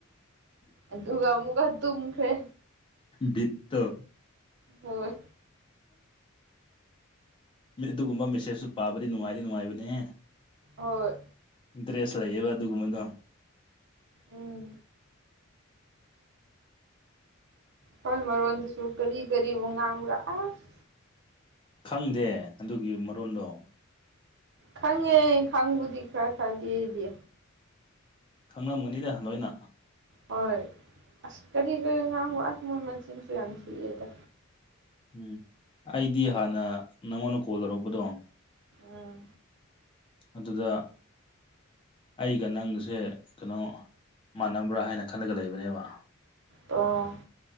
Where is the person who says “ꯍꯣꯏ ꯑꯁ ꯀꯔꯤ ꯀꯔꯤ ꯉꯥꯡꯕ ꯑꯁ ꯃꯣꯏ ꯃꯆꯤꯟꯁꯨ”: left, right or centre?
Right